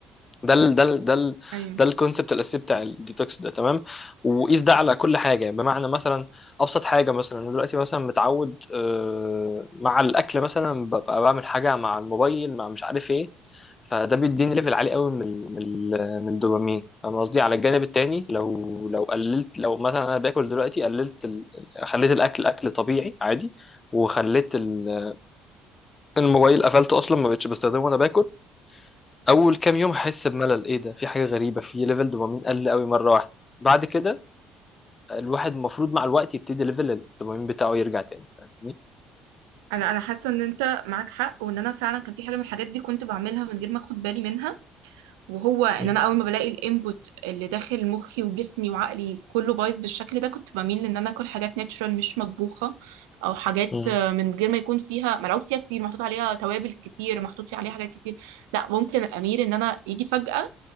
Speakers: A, on the left; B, on the right.
A: ده ال ده ال ده ال
B: ايوه
A: ده الكونسبت الاساسي بتاع الديتوكس ده تمام وقيس ده على كل حاجه بمعنى مثلا ابسط حاجه مثلا انا دلوقتي مثلا متعود آه، مع الاكل مثلا ببقى بعمل حاجه مع الموبايل مع مش عارف ايه فده بيديني ليفل عالي قوي من ال- من ال- من الدوبامين فاهم قصدي على الجانب التاني لو لو قللت لو مثلا انا باكل دلوقتي قللت ال... خليت الاكل اكل طبيعي عادي وخليت ال- الموبايل قفلته اصلا ما بقتش بستخدمه وانا باكل اول كام يوم هحس بملل ايه ده في حاجه غريبه في ليفل دوبامين قل قوي مره واحده بعد كده الواحد المفروض مع الوقت يبتدي ليفل الدوبامين بتاعه يرجع تاني فاهمني
B: انا انا حاسه ان انت معاك حق وان انا فعلا كان في حاجه من الحاجات دي كنت بعملها من غير ما اخد بالي منها وهو ان
A: مم.
B: انا اول ما بلاقي الانبوت اللي داخل مخي وجسمي وعقلي كله بايظ بالشكل ده كنت بميل ان انا اكل حاجات ناتشورال مش مطبوخه او حاجات
A: مم.
B: آه، من غير ما يكون فيها ملعوب فيها كتير محطوط عليها توابل كتير محطوط فيها عليها حاجات كتير لا ممكن اميل ان انا يجي فجاه